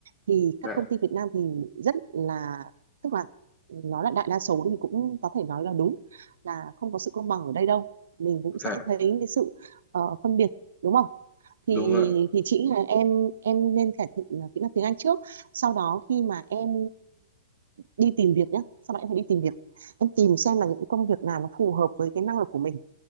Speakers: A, on the right (about 75°); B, on the left (about 20°).
A: thì
B: dạ,
A: các công ty Việt Nam thì rất là tức là nó là đại đa số thì cũng có thể nói là đúng là không có sự công bằng ở đây đâu mình cũng sẽ
B: dạ,
A: thấy cái sự ờ, phân biệt đúng không
B: đúng
A: thì
B: rồi, ạ.
A: thì chị nghĩ là em em nên cải thiện ờ, kỹ năng tiếng Anh trước sau đó khi mà em đi tìm việc nhé sau đó em phải đi tìm việc em tìm xem là những công việc nào nó phù hợp với cái năng lực của mình